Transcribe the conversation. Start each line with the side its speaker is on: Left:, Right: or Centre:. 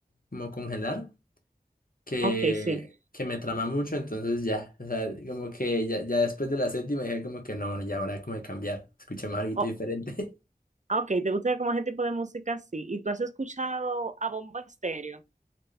Left: como congelar, que,
Right: Ok, sí.
Left: que me trama mucho, entonces ya, o sea, como que ya, ya después de la séptima dije como que no, bueno, ya habrá como de cambiar, escuché más algo
Right: Oh,
Left: diferente.
Right: ah, ok, ¿te gusta como ese tipo de música? Sí. ¿Y tú has escuchado a Bombo Estéreo?